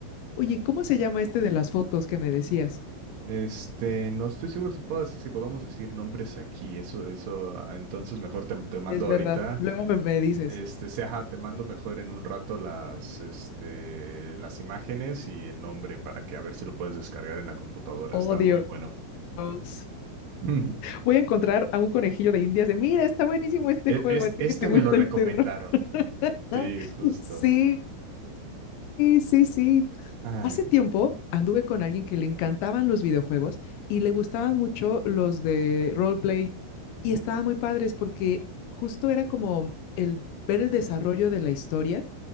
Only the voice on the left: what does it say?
Oye, ¿cómo se llama este de las fotos que me decías?
Es verdad.
Luego me, me dices,
oh
Dios,
voy a encontrar a un conejillo de indias de, mira, está buenísimo este
juego,
a ti
que te gusta
el terror. <laughs>
Sí, sí, sí.
Hace tiempo anduve con alguien que le encantaban los videojuegos y le gustaban mucho los de roleplay y estaban muy padres porque justo era como el ver el desarrollo de la historia